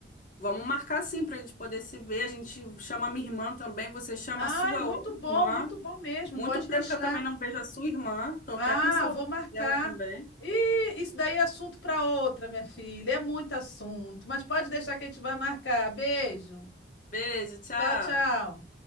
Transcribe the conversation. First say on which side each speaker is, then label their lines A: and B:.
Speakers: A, on the left; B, on the left.
A: Vamos marcar sim para a gente poder se ver. A gente chama a minha irmã também, você chama
B: Ai,
A: a sua
B: muito
A: outra
B: bom,
A: irmã.
B: muito bom mesmo.
A: Muito
B: Pode
A: tempo
B: deixar.
A: que eu também não vejo a sua irmã. Tô
B: Ah,
A: até com saudade
B: vou marcar.
A: dela também.
B: Ih, isso daí é assunto para outra, minha filha. É muito assunto, mas pode deixar que a gente vai marcar. Beijo.
A: Beijo, tchau.
B: Tchau, tchau.